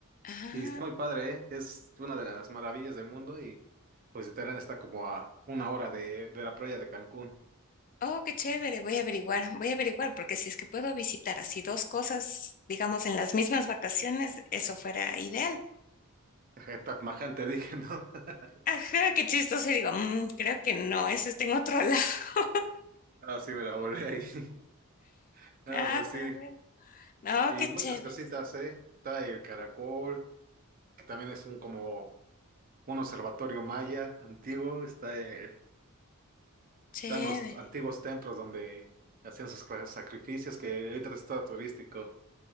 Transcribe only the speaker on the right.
Y está muy padre, ¿eh? Es una de las maravillas del mundo y pues Terán está como a una hora de, de la playa de Cancún.
Ajá, Tatmaján te dije, ¿no? <laughs>
Ah, sí, me la volé ahí. <laughs> Ah,
pues sí.
Y
muchas
cositas, ¿eh? Está el caracol, que también es un como un observatorio maya antiguo. Está el,
están los antiguos templos donde hacían sus cra- sacrificios, que ahorita está turístico.